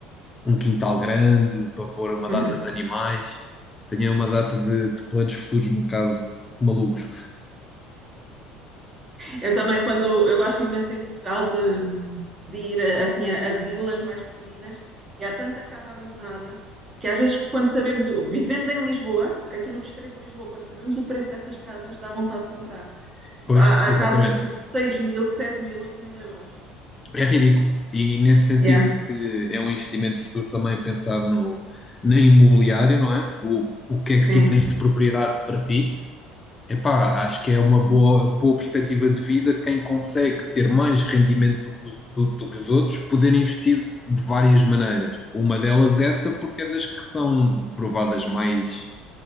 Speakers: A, on the left; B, on the right.
A: um quintal grande para pôr uma
B: Uhum.
A: data de animais. Tinha uma data de, de planos futuros um bocado malucos.
B: Eu também, quando eu gosto imenso em Portugal de, de ir eh, assim a, a vilas mais pequeninas e há tanta casa abandonada que às vezes quando sabemos, o- vivendo em Lisboa, aqui no Distrito de Lisboa, quando sabemos o preço dessas casas, dá vontade de comprar.
A: Pois,
B: há, há
A: exatamente.
B: casas por seis mil, sete mil, oito mil euros.
A: É ridículo. E nesse sentido
B: Yeah,
A: que é um investimento futuro também pensar no, na imobiliária, não é? O, o que é que
B: sim,
A: tu tens de propriedade para ti Epá, acho que é uma boa, boa perspectiva de vida quem consegue ter mais rendimento do, que os do- do que os outros, poder investir de, de várias maneiras. Uma delas é essa, porque é das que são provadas mais,